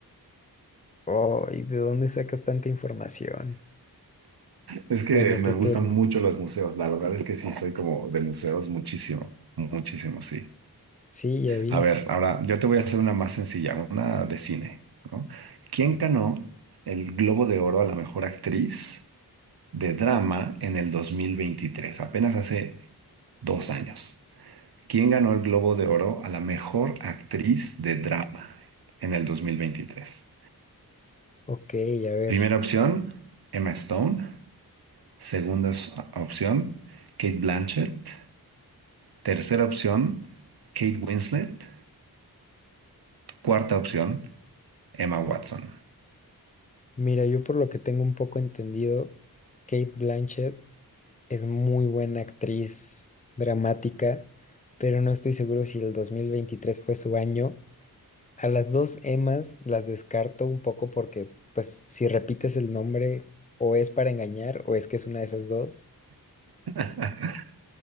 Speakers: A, on the left; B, on the right.
A: Oh, ¿y de dónde sacas tanta información?
B: Es que
A: Bueno,
B: me
A: tu
B: gustan
A: turno.
B: mucho los museos. La verdad es que sí, soy como de museos muchísimo, muchísimo, sí.
A: Sí, ya vi.
B: A ver, ahora yo te voy a hacer una más sencilla, una de cine, ¿no? ¿Quién ganó el Globo de Oro a la mejor actriz de drama en el dos mil veintitrés? Apenas hace dos años. ¿Quién ganó el Globo de Oro a la mejor actriz de drama en el 2023?
A: Ok, a ver.
B: Primera opción, Emma Stone. Segunda opción, Kate Blanchett. Tercera opción, Kate Winslet. Cuarta opción, Emma Watson.
A: Mira, yo por lo que tengo un poco entendido, Kate Blanchett es muy buena actriz dramática, pero no estoy seguro si el 2023 fue su año. A las dos Emmas las descarto un poco porque, pues, si repites el nombre, o es para engañar, o es que es una de esas dos.
B: <laughs>